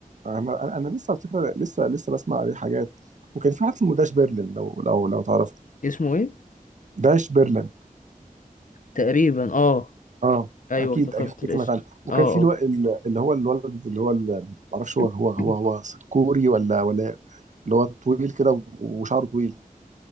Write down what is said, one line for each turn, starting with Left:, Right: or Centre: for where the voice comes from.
Right: انا انا أنا لسه على فكره لسه لسه بسمع عليه حاجات وكان في واحد اسمه داش برلين لو لو لو تعرفه
Left: اسمه ايه
Right: داش برلين
Left: تقريبا اه
Right: اه
Left: ايوه
Right: اكيد
Left: افتكرت
Right: اكيد
Left: الاسم
Right: سمعت عنه وكان
Left: اه
Right: في
Left: اه
Right: الو... ال- اللي هو الولد اللي هو ال- معرفش هو هو
Left: <coughs>
Right: هو هو كوري ولا ولا اللي هو طويل كده وشعره طويل